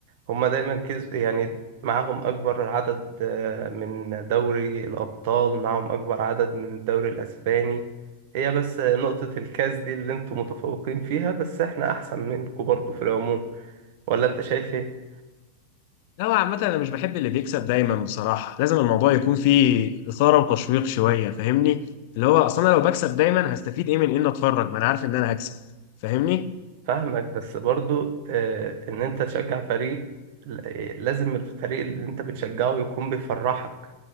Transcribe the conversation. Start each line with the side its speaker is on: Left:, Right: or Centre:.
Right: هما دايما كسب يعني معاهم أكبر عدد آه، من دوري الأبطال معاهم أكبر عدد من الدوري الأسباني هي بس نقطة الكاس دي اللي انتوا متفوقين فيها بس احنا أحسن منكم برضه في العموم ولا انت شايف إيه؟
Left: لا هو عامة أنا مش بحب اللي بيكسب دايما بصراحة لازم الموضوع يكون فيه إثارة وتشويق شوية فاهمني اللي هو أصلا أنا لو بكسب دايما هستفيد إيه من إن أتفرج ما أنا عارف إن أنا هكسب فاهمني
Right: فاهمك بس برضو آه، ان انت تشجع فريق ل- آه، لازم الفريق اللي انت بتشجعه يكون بيفرحك